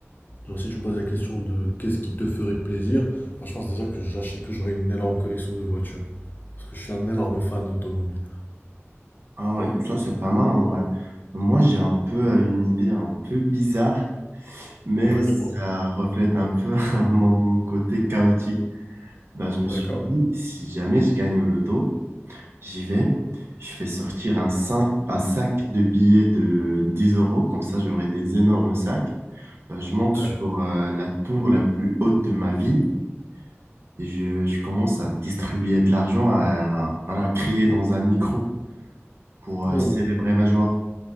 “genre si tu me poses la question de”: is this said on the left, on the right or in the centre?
Left